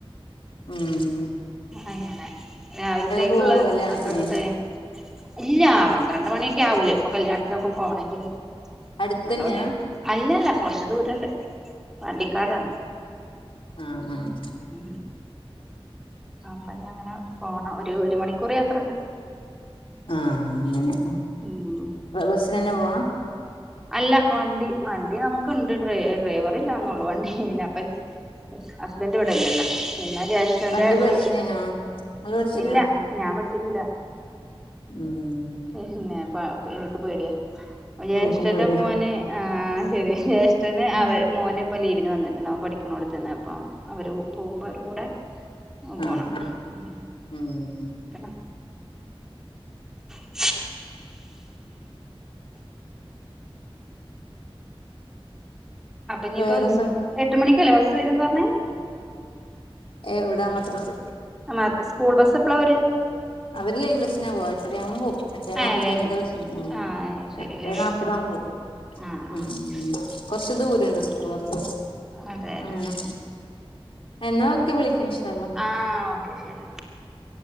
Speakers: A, on the left; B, in the centre.
A: ഉംഹ്
B: അങ്ങനെ രാവിൽത്തേക്ക്ള്ളന്നെ
A: പോവോ കല്യാണത്തിന്
B: അപ്പാപ്പ കഴിഞ്ഞ് ഇല്ലാ പന്ത്രണ്ട് മണിക്കെ ആവൂലേ ഇപ്പൊ കല്യാണത്തിനൊക്കെ പോണങ്കില്
A: അടുത്തന്നെയാ
B: <unintelligible> അല്ലല്ലാ കൊർച്ച് ദൂരണ്ട് വണ്ടിക്കാടാണ്.
A: ആഹ് ആഹ്
B: ഉം ഉം അപ്പ ഇഞ്ഞിയങ്ങനെ പോണം ഒര് ഒര് മണിക്കൂറ് യാത്ര ഇണ്ട്.
A: ആഹ് അങ്ങനെ ഉം.
B: ഉം
A: ബ ബസിനന്നേ പോവാ?
B: അല്ല വണ്ടി വണ്ടി നമ്ക്ക്ണ്ട് ഡ്ര ഡ്രൈവറ് ഇല്ലാന്നോള്ളൂ വണ്ടി പിന്നെ അപ്പ ഹസ്ബൻഡ് ഇവടെ ഇല്ലല്ലോ പിന്നെ ജേഷ്ഠന്റെ
A: വണ്ടി പഠിച്ചിനേനോ
B: വ്
A: ഇങ്ങള് പഠിച്ചിനാ
B: ഇല്ല ഞാൻ പഠച്ചിട്ടില്ല.
A: ഉം
B: പിന്നെ പ എനിക്ക് പേടിയാ ജേഷ്ഠന്റെ
A: ഇൻക്കും പേടിയാ
B: മോന് ആ ശരി ജേഷ്ഠന്
A: ആഹ്
B: അവ മോന് ഇപ്പ ലീവിന് വന്ന്ട്ടണ്ട് അവൻ പഠിക്ക് ക്കണോട്ത്തന്നെ അപ്പോ അവര് പോവുമ്പോ അവരെ കൂടെ
A: ആഹ്
B: ഓ പോണം
A: ആഹ്
B: ഉം
A: ഉം
B: <unintelligible> <inaudible> <inaudible> അപ്പ ഇഞ്ഞിപ്പോ
A: വേറെന്താ
B: <unintelligible> എട്ട് മണിക്കല്ലെ ബസ് വരുന്ന് പറഞ്ഞെ?
A: എവ്ടാ മദ്രസ?
B: അമാർക്ക് സ്കൂൾ ബസ് എപ്പളാ വരാ?
A: അവര് ലൈൻ ബസ്നാ പോവാ എട്ടരായാവുമ്പോ പോവും. എട്ടേ നാപ്പത്തഞ്ചിന്റെ
B: ആ ലൈൻ
A: ബസ് ഉം
B: ആ ശരി
A: എട്ടേ
B: ലൈൻ
A: നാപതാവുമ്പോ
B: ബസ്
A: പോവും
B: ആഹ് ആഹ്
A: ഉം. കൊറച്ച് ദൂരണ്ട് സ്കൂൾലോട്ട്
B: അതെ
A: അങ്ങനെ.
B: ആഹ്
A: എന്നാ ഓക്കെ വിളിക്ക ഇൻശാഅള്ളാ.
B: ആഹ് ഓക്കെ ശരിന്നാ